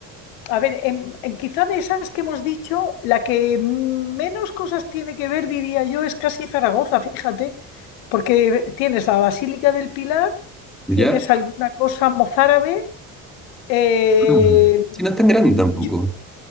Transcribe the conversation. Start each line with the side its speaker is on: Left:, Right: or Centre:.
Left: a ver, en, en quizá de esas que hemos dicho, la que menos cosas tiene que ver, diría yo, es casi Zaragoza, fíjate, porque tienes la Basílica del Pilar,
Centre: ¿Ya?
Left: tienes alguna cosa mozárabe, eh,
Centre: Ah, Sí, no es tan grande tampoco.
Left: yo-